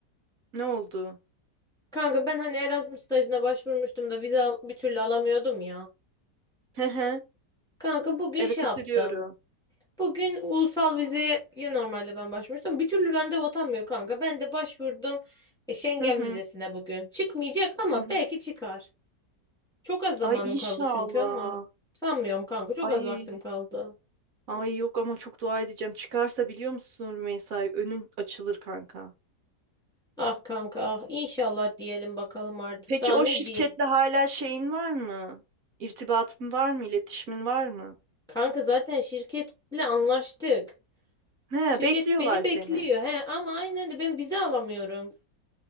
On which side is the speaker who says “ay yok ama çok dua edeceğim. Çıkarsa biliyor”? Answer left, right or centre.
Right